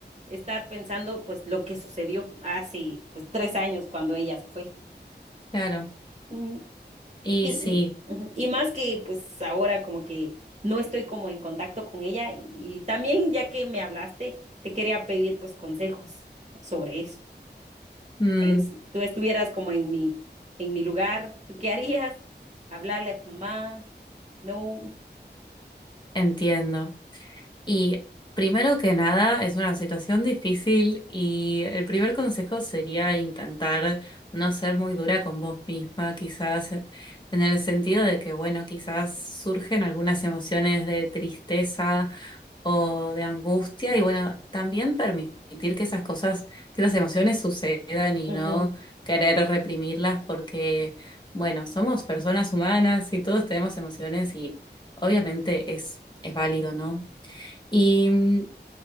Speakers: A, on the right; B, on the left.
A: estar pensando pues lo que sucedió hace pues tres años cuando ella se fue.
B: claro.
A: Mm.
B: Y
A: Y,
B: sí,
A: y, ujú, y más que pues ahora como que no estoy como en contacto con ella y, y también ya que me hablaste, te quería pedir pues consejos sobre eso.
B: mm,
A: Tal vez si tú estuvieras como en mi, en mi lugar, ¿tú qué harías? ¿Hablarle a tu mamá? No.
B: entiendo. Y primero que nada, es una situación difícil y el primer consejo sería intentar no ser muy dura con vos misma, quizás en el sentido de que, bueno, quizás surgen algunas emociones de tristeza o de angustia y, bueno, también permitir que esas cosas, que esas emociones sucedan y
A: Ujú,
B: no querer reprimirlas porque, bueno, somos personas humanas y todos tenemos emociones y obviamente es, es válido, ¿no? Y mm,